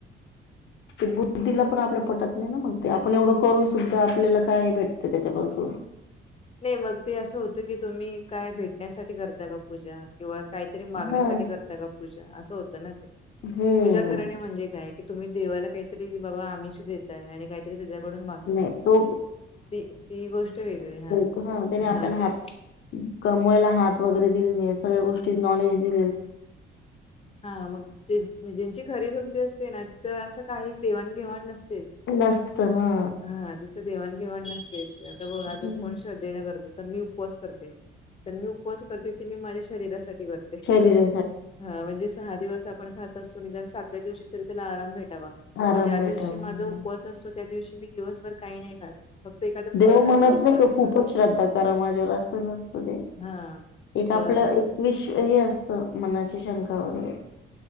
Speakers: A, on the left; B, on the left.
A: <unintelligible>
B: ते बुद्धीला पण आपल्या पटत नाही ना मग ते आपण एवढं करून सुद्धा आपल्याला काय भेटते त्याच्यापासून
A: नाय मग ते असं होतं की तुम्ही काय भेटण्यासाठी करता का पूजा किंवा काहीतरी मागण्यासाठी
B: हा
A: करता का पूजा असं होत ना ते
B: हम्म.
A: पूजा करणे म्हणजे काय? की तुम्ही देवायला काहीतरी बाबा आमिश देत ते आणि काहीतरी तुझ्याकडून मागताय
B: नाही तो
A: ती ती गोष्ट वेगळी हा
B: ह त्याने
A: हा
B: आपल्याला हात
A: ते
B: कमवयला हात वगैरे दिले ना हया सगळ्या गोष्टी नॉलेज दि
A: हा मग ज्यन ज्यांची खरी भक्ती असते ना तिथं असं काही देवाणघेवाण नस तेच
B: नसत हा
A: हा तिथं देवाणघेवाण नसतेच आता बघा आता
B: हम्म
A: कोण श्रद्ध देण करते तर मी उपवास करते तर मी उपवास करते ते मी माझ्या शरीरासाठी कर
B: शरीरा
A: हा म्हणजे सहा दिवस आपण खात त निदान सातव्या दिवशी तरी त्याला आराम भेटावा
B: आराम
A: म ज्या
B: भेटावा
A: दिवशी
B: म्हणून
A: माझा उपवास असतो. त्या दिवशी मी दिवसभर काही नाही खात फक्त एखादं
B: देव
A: फळ खाते
B: म्हणत
A: दुपारचं
B: नाय का खूपच श्रद्धा करा माझ्यावर असं नसतं ते
A: हा
B: एक
A: तर
B: आपलं एक विश हे असतं मनाची शंका वगैरे